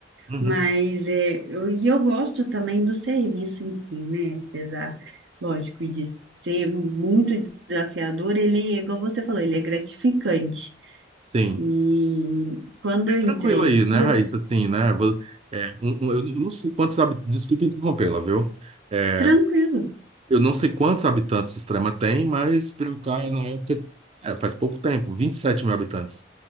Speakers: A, on the right (about 35°); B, on the right (about 85°).
A: uhum,
B: mas é, eu, e eu gosto também do serviço em si, né, apesar, lógico, de ser muito desafiador, ele, é igual você falou, ele é gratificante.
A: sim.
B: E quando eu entrei
A: Tranquilo aí,
B: aqui,
A: né, Raíssa?
B: eu tra-
A: Assim, né? vo- é, um- um- eu não sei quantos habitantes. Desculpa interrompê-la, viu? É,
B: tranquilo.
A: eu não sei quantos habitantes Extrema tem, mas Piracaia, na época, é, faz pouco tempo, 27 mil habitantes.